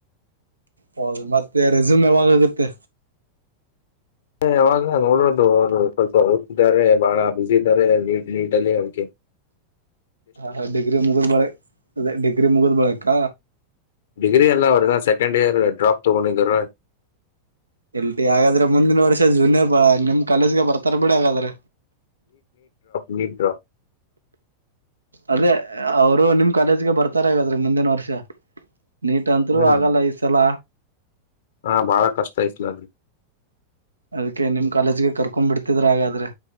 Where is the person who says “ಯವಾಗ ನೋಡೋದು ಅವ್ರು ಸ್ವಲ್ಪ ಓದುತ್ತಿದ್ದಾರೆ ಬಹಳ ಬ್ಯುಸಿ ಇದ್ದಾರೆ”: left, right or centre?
Left